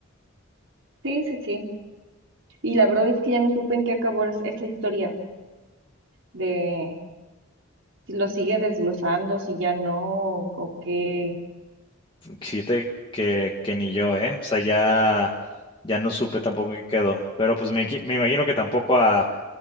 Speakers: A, on the right; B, on the left.
A: Sí, sí, sí. Y la verdad es que ya no supe en qué acabó es- esa historia de si lo sigue desglosando, si ya no, o qué,
B: Fíjate que, que ni yo, ¿eh? O sea, ya, ya no supe tampoco qué quedó. Pero pues me, me imagino que tampoco a,